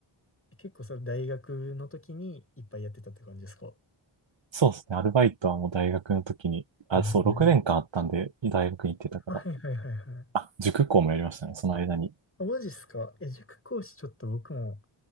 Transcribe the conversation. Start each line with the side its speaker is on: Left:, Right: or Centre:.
Left: 結構それ大学の時にいっぱいやってたって感じですか
Right: そうですね。アルバイトはもう大学の時に、あ、
Left: うん。
Right: そう、6年間あったんで、大学に行ってたから。
Left: はいはいはいはい。
Right: あ、塾講もやりましたね。その間に。
Left: あマジっすかえ、塾講師ちょっと僕も、